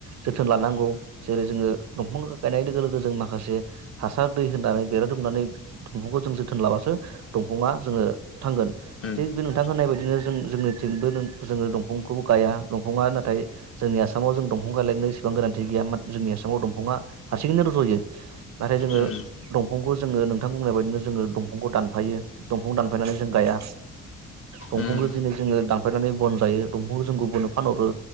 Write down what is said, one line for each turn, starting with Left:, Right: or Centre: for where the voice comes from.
Right: जोथोन लानांगौ जेरै जोङो दंफां गायनाय लोगो लोगो जों माखासे हासार दै होनानै बेरा दुमनानै दंफांखौ जों जोथोन लाबासो दंफाङा जोङो थांगोन थिग
Left: उम
Right: बे नोंथां होननाय बायदिनो जों जोंनिथिंबो जोङो दंफांखौबो गाया दंफाङा नाथाय जोंनि आसामाव जों दंफां गायलायनो इसेबां गोनांथि गैया जोंनि आसामाव दंफाङा हारसिङैनो रजयो नाथाय जोङो।
Left: उम
Right: दंफांखौ जोङो नोंथां बुंनाय बायदिनो जोङो दंफांखौ दानफायो दंफां दानफायनानै जों गाया दंफांखौ
Left: उम
Right: दिनै जोङो दानफायनानै बन जायो दंफांखौ जों गुबुननो फानहरो